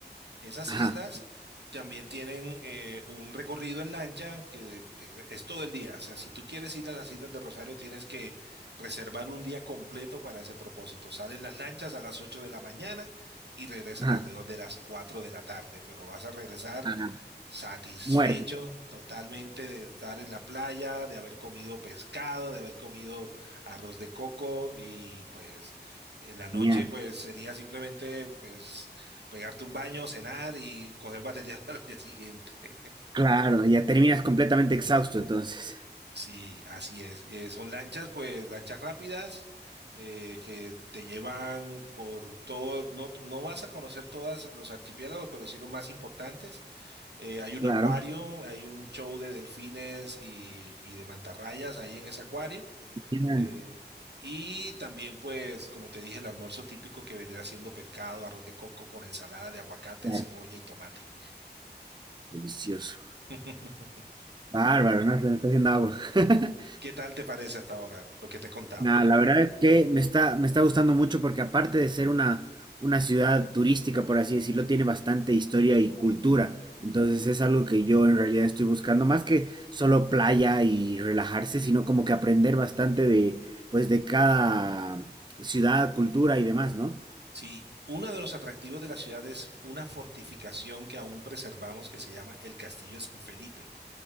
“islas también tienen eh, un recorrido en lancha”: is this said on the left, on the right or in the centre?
Right